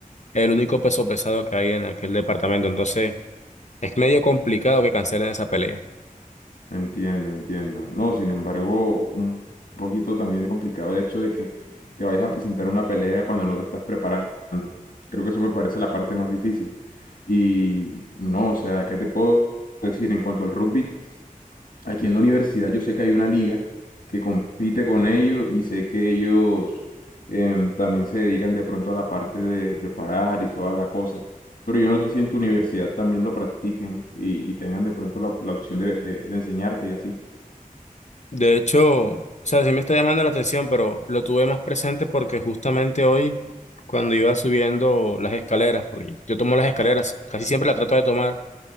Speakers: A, on the left; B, on the left.
A: el único peso pesado que hay en aquel departamento. Entonces, es medio complicado que cancelen esa pelea.
B: Entiendo, entiendo. No, sin embargo, un poquito también complicado el hecho de que te vayas a presentar una pelea cuando no te estás preparando. Creo que eso me parece la parte más difícil. Y no, o sea, ¿qué te puedo decir en cuanto al rugby? Aquí en la universidad yo sé que hay una liga que compite con ellos y sé que ellos em, también se dedican de pronto a la parte de preparar y toda la cosa. Pero yo no sé si en tu universidad también lo practiquen y, y tengan de pronto la, la opción de, de- de enseñarte y así.
A: De hecho, o sea, sí me está llamando la atención, pero lo tuve más presente porque justamente hoy, cuando iba subiendo las escaleras, porque yo tomo las escaleras, casi siempre las trato de tomar